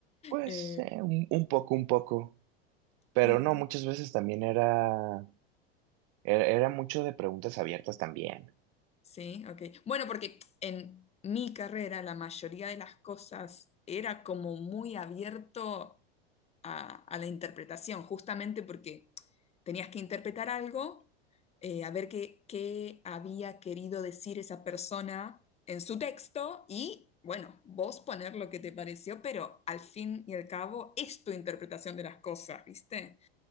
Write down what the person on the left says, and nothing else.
Eh,
eh,
Sí, ok. Bueno, porque en mi carrera la mayoría de las cosas era como muy abierto a, a la interpretación, justamente porque tenías que interpretar algo, eh, a ver qué, qué había querido decir esa persona en su texto y, bueno, vos poner lo que te pareció, pero al fin y al cabo es tu interpretación de las cosas, ¿viste?